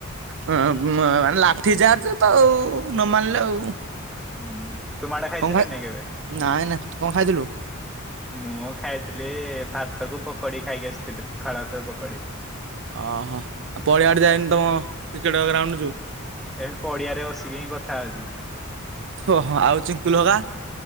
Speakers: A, on the right; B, in the centre.
A: ମ-ମ ଲାଠି ଚାର୍ଜ ତ ଆଉ ନ ମାନିଲେ ଆଉ।
B: ହୁଁ ତୁ ମାଡ ଖାଇଛୁ
A: କଣ ଖାଇ
B: ନା ନାଇଁ କେବେ?
A: ନାଇଁ ନାଇଁ ତୁ କଣ ଖାଇଥିଲୁ?
B: ମୁଁ ଖାଇଥିଲି ଭାତ କୁ ପକୋଡି। ଖାଇକି ଆସିଥିଲି ପଖାଳ ଭାତ କୁ ପକୋଡି।
A: ଓହୋ ପଡିଆଡେ ଯାଇନୁ ତମ କ୍ରିକେଟ ଗ୍ରାଉଣ୍ଡୁ ଯୋଉ
B: ଏଠି ପଡିଆରେ ବସିକି ହିଁ କଥା ହଉଛି।
A: ଓହୋ ଆଉ ଚିଙ୍କୁଲ ହଗା?